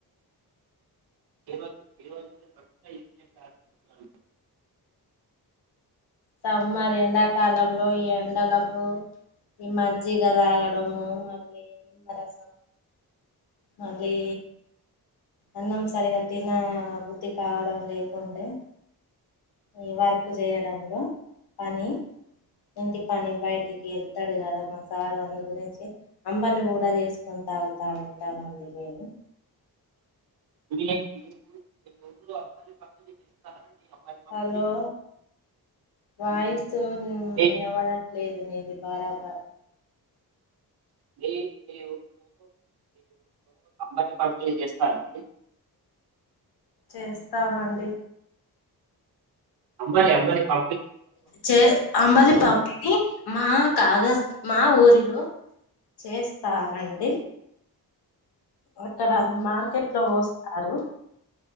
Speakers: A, on the right; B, on the left.
A: ఈ రోజు ఈ రోజు మీరు మంచిగా ఏం చేశారు
B: సమ్మర్ ఎండాకాలంలో ఈ ఎండలకు ఇ మజ్జిగ తాగడము మళ్లి నిమ్మరసం మళ్లీ అన్నం సరిగా తినా బుద్ధి కావడం లేకుంటే ఈ వర్క్ చేయడంలో పని ఇంటి పని బయటికి వెళ్తాడు కదా మ సార్ అందు గురించి అంబలి కూడా చేసుకు తావుతా ఉంటామండి మేము
A: <inaudible> <unintelligible> ఊర్లో అబ్బాయిల పంపిణీ చేస్తారా అండి? అబ్బాయిల పంపిణీ?
B: హలో వాయిస్
A: మీ
B: వినబడ లేదు నీది బారాబార్
A: మీ మీ మరి పంపినీ చేస్తారు అండి
B: చేస్తామండి
A: అంబలి అంబలి పా
B: చే అంబలి పంపిణీ మా కాగజ మా ఊరిలో చేస్తారండి అక్కడ మార్కెట్లో పోస్తారు